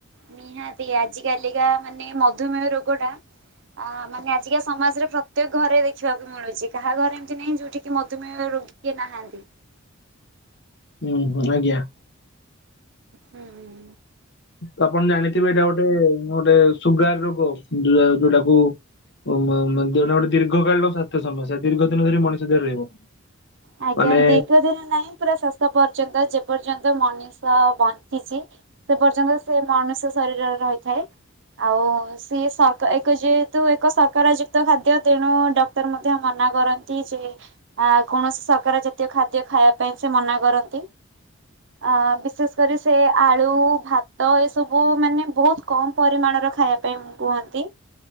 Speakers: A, on the right; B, on the left.
A: ନିହାତି ଆଜି କାଲିକା ମାନେ ମଧୁମେହ ରୋଗ ଟା ଅ ମାନେ ଆଜିକା ସମାଜରେ ପ୍ର ପ୍ରତ୍ୟେକ ଘରେ ଦେଖିବାକୁ ମିଳୁଛି କାହା ଘରେ ଏମିତି ନାହିଁ ଯୋଉଠି କିି ମଧୁମେହ ରୋଗୀ କିଏ ନାହାନ୍ତି।
B: ହୁଁ ହୁଁ ଆଜ୍ଞା।
A: ହୁଁ ହୁଁ।
B: ତ ଆପଣ ଜାଣିଥିବେ ଏଇଟା ଗୋଟେ ଗୋଟେ ସୁଗାର ରୋଗ ଯୋଉଟାକୁ ଓ ଗୋଟେ ଦୀର୍ଘକାଳୀନ ସ୍ୱାସ୍ଥ୍ୟ ସମସ୍ୟା ଦୀର୍ଘ ଦିନ ଧରି ମଣିଷ ଦେହରେ ରହିବ।
A: ଆଜ୍ଞା
B: ମାନେ
A: ଦୀର୍ଘ ଦିନ ନାହିଁ ପୁରା ଶେଷ ପର୍ଯ୍ୟନ୍ତ ଯେ ପର୍ଯ୍ୟନ୍ତ ମଣିଷ ବଞ୍ଚିଛି ସେ ପର୍ଯ୍ୟନ୍ତ ସେ ମଣିଷ ଶରୀରରେ ରହିଥାଏ ଆଉ ସି ସର ଏକ ଯେହେତୁ ଏକ ସକାର ଯୁକ୍ତ ଖାଦ୍ୟ ତେଣୁ ଡକ୍ଟର ମଧ୍ୟ ମନା କରନ୍ତି ଯେ ଆ କୌଣସି ସକାର ଜାତୀୟ ଖାଦ୍ୟ ଖାଇବା ପାଇଁ ସେ ମନା କରନ୍ତି। ଅ ବିଶେଷ କରି ସେ ଆଳୁ ଭାତ ଏସବୁ ମାନେ ବହୁତ କମ୍ ପରିମାଣର ଖାଇବା ପାଇଁ କୁହନ୍ତି